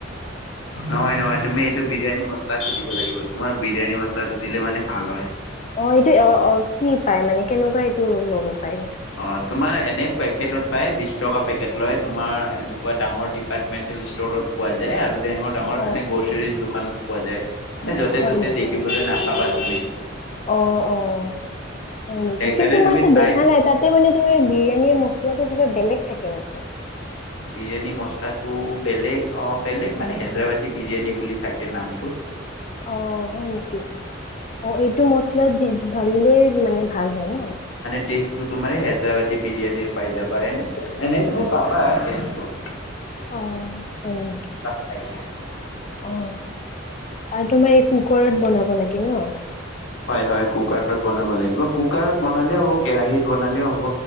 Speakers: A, on the left; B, on the left.
A: নহয়-নহয় তুমি এইটো বিৰিয়ানী মচলাটো দিব লাগিব তোমাৰ বিৰিয়ানী মচলা তাতে দিলে মানে ভাল হয়।
B: অ, এইটো অ', অ', কি পায় মানে কেনেকুৱা এইটো লব পাৰি?
A: অ, তোমাৰ এনে পেকেটত পায় বিছ টকা পেকেট লয় তোমাৰ এনে বা ডাঙৰ ডিপাৰ্টমেণ্টেল ষ্টৰত পোৱা যায় আৰু তেনেকুৱা ডাঙৰ
B: অ
A: এনে গ্ৰচেৰিচ দোকানত পোৱা যায়। মানে য'তে-ত'তে
B: হয় নেকি?
A: দেখিবলৈ নাপাবা তুমি।
B: অ', অ', হয় নেকি
A: সেইকাৰণে
B: কিন্তু
A: তুমি
B: মইতো
A: ট্ৰাই
B: দেখা নাই তাতে মানে <unintelligible> বিৰিয়ানীৰ মচলাটো কিবা বেলেগ থাকে নেকি?
A: বিৰিয়ানী মচলাটো বেলেগ অ', বেলেগ মানে, হেদ্ৰাবাদি বিৰিয়ানী বুলি থাকে নাম
B: অ, হয় নেকি অ, এইটো মচলাত দি ঢালিলেই মানে ভাল হয় ন'?
A: তেষ্টটো তোমাৰ এ হেদ্ৰাবাদী বিৰিয়ানীৰ পাই যাবা এনে - এনে তুমি পাবা তেষ্টটো
B: অ, হয় নেকি
A: খাইকে
B: অ, আৰু তোমাৰ এ কুকৰত বনাব লাগে ন?
A: হয় হয়, কুকাৰত বনাব লাগিব। কুকাৰত বনালেও হ'ব, কেৰাহীত বনালেও হ'ব।